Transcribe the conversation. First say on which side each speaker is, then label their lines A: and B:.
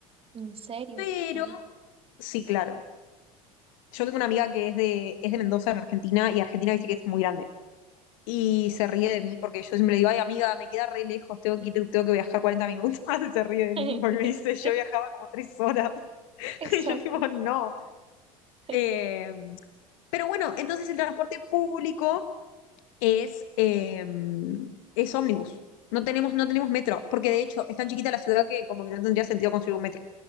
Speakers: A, on the right (about 30°); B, on the left (about 65°).
A: ¿En serio?
B: Pero,
A: Ok.
B: sí, claro. Yo tengo una amiga que es de, es de Mendoza, en Argentina, y Argentina dice que es muy grande. y se ríe de mí porque yo siempre le digo, ay amiga, me queda re lejos, tengo que ir- tengo que viajar 40 minutos. <laughs> Y se ríe de
A: <laughs>
B: mí porque me dice, yo viajaba como tres horas. <laughs>
A: Exacto.
B: Y yo digo no.
A: <laughs>
B: Eh, pero bueno, entonces el transporte público es, eh, es ómnibus. No tenemos, no tenemos metro, porque de hecho es tan chiquita la ciudad que como que no tendría sentido construir un metro.